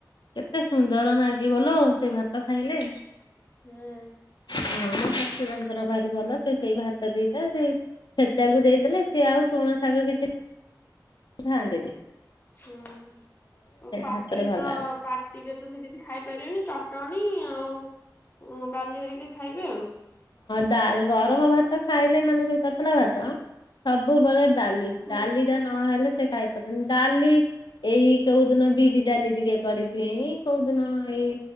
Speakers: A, on the left; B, on the left.
A: କେତେ ସୁନ୍ଦର ଲାଗିବ ଲୋ ସେ ଭାତ ଖାଇଲେ।
B: ହୁଁ
A: ହଁ ମୋ ଶାଶୁର ଙ୍କର ଭାରି ଭଲ ସେ ସେଇ ଭାତ ଦେଇ ସେ ଛେଚାକୁ ଦେଇଦେଲେ ସେି ଆଉ ତୁଣ ଶାଗ କିଛି ଖାନ୍ତିିନି
B: ହୁଁ ଆଉ ପାଟି
A: ଭାତରେ ଭଲ
B: ତ
A: ପାଆନ୍ତି।
B: ପାଟିରେ ତ ସେ କିଛି ଖାଇପାରିବେନି ଚଟଣୀ ଆଉ ଉଁ ଡାଲି ହେରିକା ଖାଇବେ ଆଉ।
A: ଡ଼ା ଗରମ ଭାତ ଖାଇଲେ ମାନେ ଯୋଉ ତତଲା ଭାତ ସବୁବେଳେ ଡାଲି
B: ହୁଁ
A: ଡାଲି ଟା ନହେଲେ ସେ ଖାଇପାରିବନି ଡାଲି ଏଇ କୋଉ ଦିନ ବିରି ଡାଲି ଟିକେ କରିଦ କୋଉ ଦିନ ଏଇ